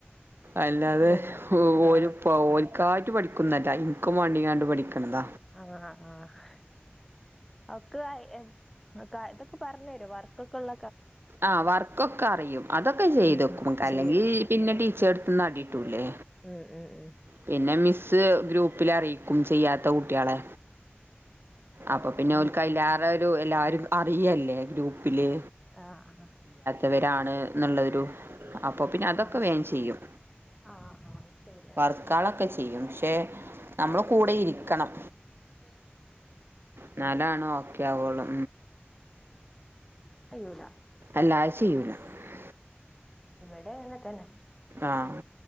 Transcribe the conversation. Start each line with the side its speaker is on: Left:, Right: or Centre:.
Right: അല്ലാതെ
Centre: അങ്ങനെ ആ
Right: ഒരു <unintelligible> പഠിക്ക ഇൻക്കും വാണ്ടിക്കാണ്ട് പഠിക്കണത
Centre: ആ. ആ <unintelligible> അ. ഇതൊക്കെ പറഞ്ഞു തരും. വർക്കൊക്കള്ള
Right: ആ വർക്കൊക്കെ അറിയും. അതൊക്കെ ചെയ്തെക്കും.
Centre: ഉം
Right: അല്ലെങ്കിൽ
Centre: ചെയ്യും
Right: പിന്നെ ടീച്ചർ എടുത്തന്ന് അടിട്ടൂലെ.
Centre: ഉം ഉം ഉം.
Right: പിന്നെ മിസ് ഗ്രൂപ്പിൽ അറിയിക്കും ചെയ്യാത്ത കുട്ട്യേളെ. അപ്പൊ പിന്നെ
Centre: ഉം
Right: ഓല്ക്ക്
Centre: ഉം
Right: അയിലേറെ
Centre: ഉം ഉം
Right: ഒരു, എല്ലാരും അറിയല്ലേ ഗ്രൂപ്പില്.
Centre: ആഹ <unintelligible>
Right: ഇവരാണ് എന്നുള്ളരു, അപ്പൊ പിന്നെ അതൊക്കെ
Centre: ആ
Right: വേഗം
Centre: ശരി
Right: ചെയ്യും.
Centre: ആഹ് ആഹ് ശരിയാണ്
Right: ക്കളൊക്കെ ചെയ്യും, പക്ഷെ നമ്മൾ കൂടെ ഇരിക്കണം.
Centre: ഇെ <unintelligible>
Right: ന്നാൽ ആണ് ഒകെ ആവുള്ളു.
Centre: കയ്യൂല.
Right: <unintelligible>
Centre: ഇവിടെ അങ്ങനെ തന്നെ
Right: ആഹ്